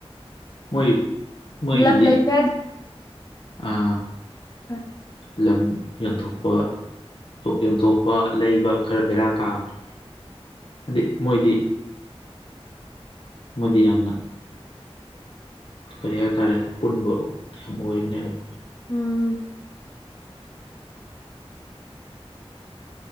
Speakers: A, on the left; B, on the left.
A: ꯃꯣꯏ ꯃꯣꯏꯒꯤꯗꯤ
B: ꯂꯝ ꯂꯩꯕ
A: ꯑꯥ
B: ꯎꯝ
A: ꯂꯝ ꯌꯣꯟꯊꯣꯛꯄ ꯌꯣꯟꯊꯣꯛꯄ ꯂꯩꯕ ꯈꯔ ꯕꯦꯔꯥ ꯀꯥꯕꯅꯤ ꯍꯥꯏꯗꯤ ꯃꯣꯏꯗꯤ ꯃꯗꯤ ꯌꯥꯝꯅ ꯁ ꯀꯔꯤ ꯍꯥꯏꯇꯥꯥꯔꯦ ꯑꯄꯨꯟꯕ ꯌꯥꯝ ꯑꯣꯏꯕꯅꯦꯕ
B: ꯎꯝ